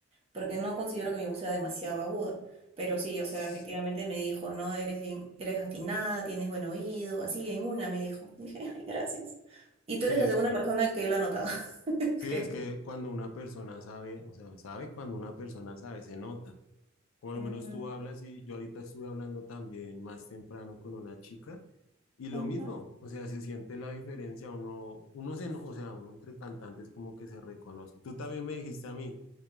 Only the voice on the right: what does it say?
porque no considero que mi voz sea demasiado aguda. Pero sí, o sea,
efectivamente me dijo, no, eres bien, eres afinada, tienes buen oído, así en una me dijo. <laughs> Dije, ay, gracias. Y
tú eres
la segunda
Sí. persona que lo ha notado, <laughs>
creo.
Ujú,
ujú.